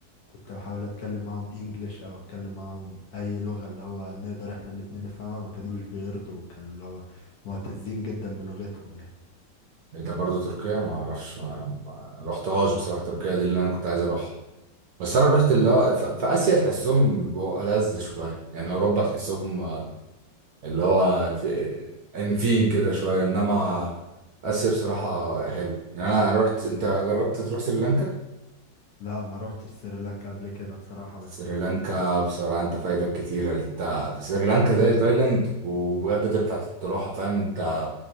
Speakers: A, on the left; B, on the right.
A: كنت بحاول اتكلم معاهم انجليش او اتكلم معاهم اي لغة اللي هو نقدر احنا الاتنين نفهمها ما كانوش بيرضوا كانوا اللي هو معتزين جدا بلغتهم يعني
B: ده برضه تركيا انا ما اعرفش ما ما رحتهاش بصراحه تركيا دي اللي انا كنت عايز اروحها بس انا رحت اللي هو ف- في اسيا تحسهم بيبقوا ألذ شويه يعني اوروبا تحسهم آه، اللي هو في انفين كده شويه انما اسيا بصراحه حلو يعني انا أنا رحت انت جربت تروح سريلانكا
A: لا ما روحت سريلانكا قبل كده بصراحة بس
B: سريلانكا
A: يعني
B: بصراحه انت فايتك كتير انت في سريلانكا زي تايلاند وبجد تنفع تروحها فاهم انت